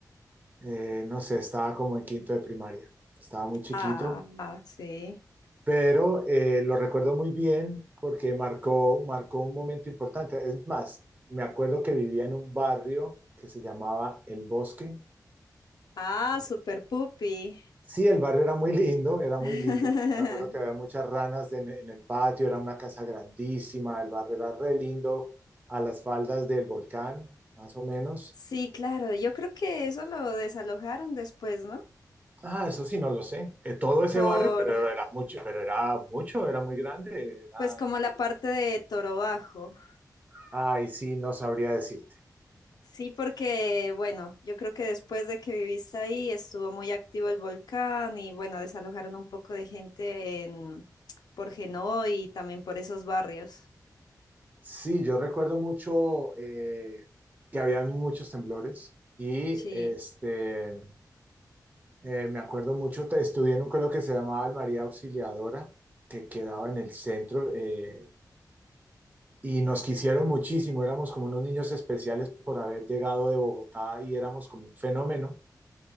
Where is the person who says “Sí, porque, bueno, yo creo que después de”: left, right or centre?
Left